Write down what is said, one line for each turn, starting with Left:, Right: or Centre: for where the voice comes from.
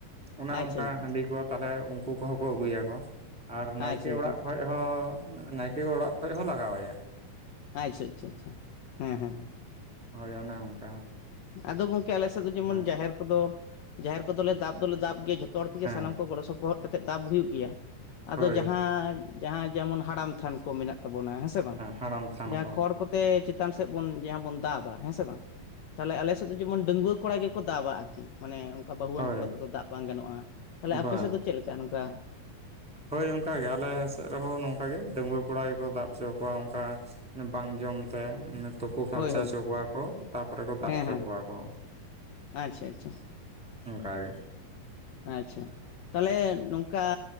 Centre: ᱚᱱᱮ
Left: ᱟᱪᱪᱷᱟ
Centre: ᱚᱝᱠᱟ
Left: ᱟᱪᱪᱷᱟ
Centre: ᱦᱟᱺᱰᱤ ᱠᱚᱫ᱾ ᱛᱟᱦᱞᱮ ᱩᱱᱠᱩ ᱠᱚᱦᱚᱸ ᱠᱚ ᱟᱹᱜᱩ ᱭᱟᱠᱚ ᱟᱨ ᱱᱟᱭᱠᱮ
Left: ᱟᱪᱪᱷᱟ ᱟᱪᱪᱷᱟ
Centre: ᱚᱲᱟᱜ ᱠᱷᱚᱡ᱾ <inaudible> ᱱᱟᱭᱠᱮ ᱚᱲᱟᱜ ᱠᱷᱚᱡ ᱦᱚᱸ ᱞᱟᱜᱟᱣᱟᱭᱟ᱾
Left: <unintelligible> ᱦᱮᱸ ᱦᱮᱸ ᱾
Centre: ᱦᱳᱭ ᱚᱱᱮ ᱚᱱᱠᱟ᱾
Left: ᱟᱫᱚ ᱜᱚᱝᱠᱮ ᱟᱞᱮ ᱥᱮᱫ ᱫᱚ ᱡᱮᱢᱚᱱ
Centre: ᱦᱮᱸ
Left: ᱡᱟᱦᱮᱨ ᱠᱚᱫᱚ ᱡᱟᱦᱮᱨ ᱠᱚᱫᱚᱞᱮ ᱫᱟᱵ ᱫᱚᱞᱮ ᱫᱟᱵ ᱜᱮᱭᱟ ᱡᱚᱛ᱾ ᱛᱚᱨ ᱛᱮᱜᱮ
Centre: ᱦᱮᱸ
Left: ᱥᱟᱱᱟᱢ ᱠᱚ ᱜᱚᱲᱚ ᱥᱚᱯᱚᱦᱚᱫ ᱠᱟᱛᱮᱜ ᱛᱟᱵ ᱦᱩᱭᱩᱜ ᱜᱮᱭᱟ ᱟᱫᱚ
Centre: ᱦᱳᱭ
Left: ᱡᱟᱦᱟᱸᱭ ᱾ ᱡᱟᱦᱟᱸ ᱡᱮᱢᱚᱱ ᱦᱟᱲᱟᱢ ᱛᱷᱟᱱ ᱠᱚ ᱢᱮᱱᱟᱜ ᱛᱟᱵᱚᱱᱟ ᱦᱮᱸ ᱥᱮ ᱵᱟᱝ
Centre: ᱦᱟᱲᱟᱢ ᱛᱷᱟᱱ
Left: ᱡᱟᱦᱟᱸ
Centre: ᱠᱚ
Left: ᱠᱷᱚᱲ᱾ ᱠᱚᱛᱮ ᱪᱮᱛᱟᱱ ᱥᱮᱫ ᱵᱚᱱ ᱡᱟᱦᱟᱸ ᱵᱚᱱ ᱫᱟᱵᱟ ᱦᱮᱸ ᱥᱮ ᱵᱟᱝ᱾ ᱛᱷᱟᱞᱮ ᱟᱞᱮ ᱥᱮᱫ ᱫᱚ ᱡᱮᱢᱚᱱ ᱰᱟᱺᱜᱩᱣᱟᱹ ᱠᱚᱲᱟ ᱜᱮᱠᱚ ᱫᱟᱵᱟ ᱟᱨ ᱠᱤ ᱢᱟᱱᱮ ᱚᱱᱠᱟ ᱵᱟᱹᱦᱩᱣᱟᱱ
Centre: ᱦᱳᱭ
Left: ᱠᱚᱲᱟ ᱛᱮᱫᱚ ᱫᱟᱜ ᱵᱟᱝ ᱜᱟᱱᱚᱜᱼᱟ᱾
Centre: ᱵᱟᱝ,
Left: ᱪᱮᱜ ᱞᱮᱠᱟ ᱱᱚᱝᱠᱟ?
Centre: ᱦᱳᱭ ᱚᱝᱠᱟ ᱜᱮ ᱟᱞᱮ ᱥᱮᱜ ᱨᱮᱦᱚᱸ ᱱᱚᱝᱠᱟ ᱜᱮ ᱰᱟᱺᱜᱩᱣᱟᱹ ᱠᱚᱲᱟ ᱜᱮᱠᱚ ᱫᱟᱵ ᱪᱚ ᱠᱚᱣᱟ ᱚᱝᱠᱟ᱾ ᱵᱟᱝ ᱡᱚᱢ ᱛᱮ ᱤᱱᱟᱹᱛ ᱾ ᱛᱳᱯᱳ ᱯᱷᱟᱨᱪᱟ
Left: ᱦᱳᱭ ᱦᱳᱭ
Centre: ᱪᱚ ᱠᱚᱣᱟ ᱠᱚ ᱛᱟᱯᱚᱨᱮ ᱠᱚ ᱫᱟᱵ
Left: ᱦᱮᱸ
Centre: ᱪᱚ
Left: ᱦᱮᱸ
Centre: ᱠᱚᱣᱟ ᱠᱚ᱾
Left: ᱟᱪᱪᱷᱟ ᱟᱪᱪᱷᱟ
Centre: ᱚᱝᱠᱟ ᱜᱮ ᱾
Left: ᱟᱪᱪᱷᱟ, ᱛᱟᱞᱮᱱ ᱱᱚᱝᱠᱟ